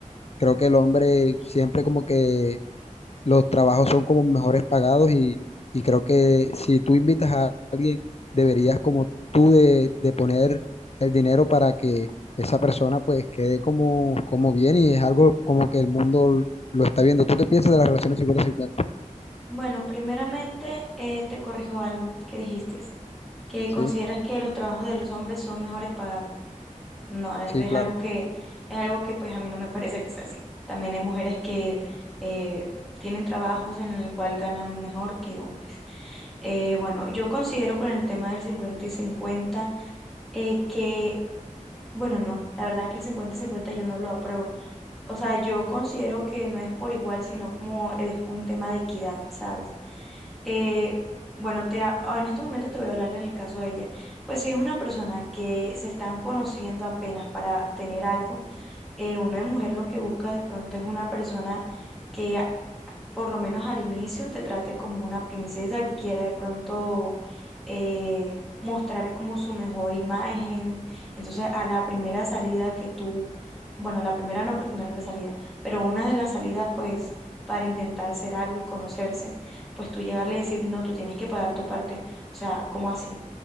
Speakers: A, on the left; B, in the centre.
A: creo que el hombre siempre como que los trabajos son como mejores pagados y, y creo que si tú invitas a alguien, deberías como tú de, de poner el dinero para que esa persona pues quede como, como bien y es algo como que el mundo lo está viendo. ¿Tú qué piensas de las relaciones cincuenta cincuenta
B: Bueno, primeramente eh, te corrijo algo que dijiste, que
A: Sí,
B: consideras que los trabajos de los hombres son mejores pagados. No, eh,
A: sí,
B: es
A: claro,
B: algo que, es algo que pues a mí no me parece que sea así. También hay mujeres que eh, tienen trabajos en el cual ganan mejor que hombres. Eh, bueno, yo considero con el tema del 50 y 50 eh, que, bueno, no, la verdad es que el 50 y 50 yo no lo apruebo. O sea, yo considero que no es por igual, sino como es un tema de equidad, ¿sabes? Eh, bueno, te, ha- en este momento te voy a hablar en el caso de ella. Pues si es una persona que se están conociendo apenas para tener algo, eh, uno de mujer lo que busca de pronto es una persona que por lo menos al inicio, te trate como una princesa que quiera de pronto eh, mostrar como su mejor imagen. Entonces, a la primera salida que tú, bueno, a la primera no porque no era la salida, pero una de las salidas, pues, para intentar ser algo y conocerse, pues tú llegarle y decir, no, tú tienes que pagar tu parte. O sea, como así.